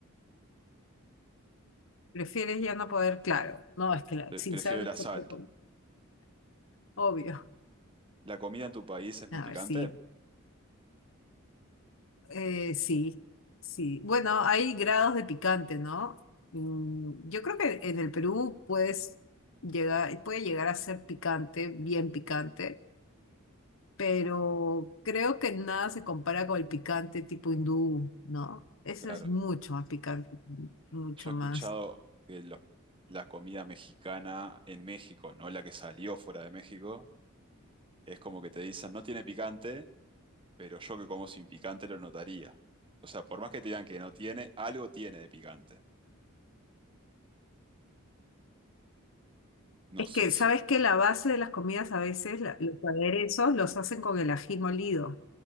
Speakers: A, on the left (about 65°); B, on the right (about 25°).
A: ¿Prefieres ya no poder? Claro, no, es que la-
B: Pre-
A: sin
B: Prefiero
A: sal no
B: la
A: se
B: sal.
A: puede comer, obvio.
B: ¿La comida en tu país es muy
A: A
B: picante?
A: ver, sí, eh, sí, sí. Bueno, hay grados de picante, ¿no? Mm, yo creo que en el Perú puedes llegar, puede llegar a ser picante, bien picante. pero creo que nada se compara con el picante tipo hindú, ¿no? Eso
B: Claro.
A: es mucho más picante, mucho
B: Yo he escuchado
A: más.
B: que lo- la comida mexicana en México, no la que salió fuera de México, es como que te dicen no tiene picante pero yo que como sin picante lo notaría. O sea, por más que te digan que no tiene, algo tiene de picante. No
A: Es
B: sé
A: que,
B: si,
A: ¿sabes que La base de las comidas a veces, la- los aderezos, los hacen con el ají molido.